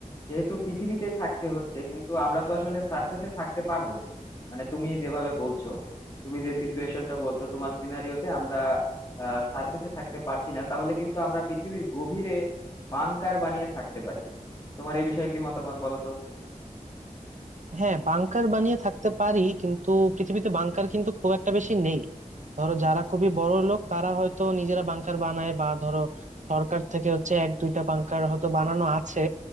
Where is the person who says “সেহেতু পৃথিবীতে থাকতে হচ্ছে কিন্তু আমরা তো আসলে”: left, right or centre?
Left